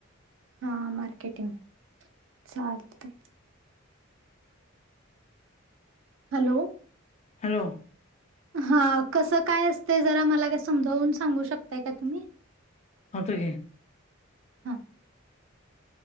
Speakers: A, on the right; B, on the left.
A: हा मार्केटिंग चालतय हॅलो
B: हॅलो
A: हा कसं काय असतय जरा मला काय समजावून सांगू शकताय का तुम्ही
B: होतो कि
A: हा